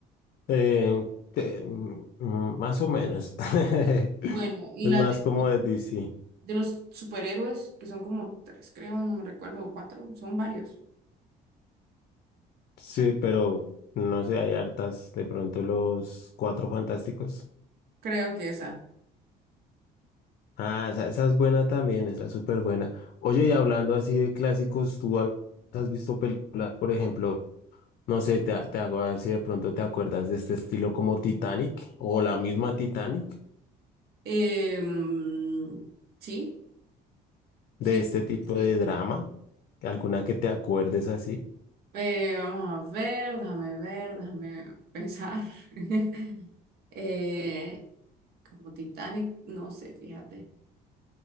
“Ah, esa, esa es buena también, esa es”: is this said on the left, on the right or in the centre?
Left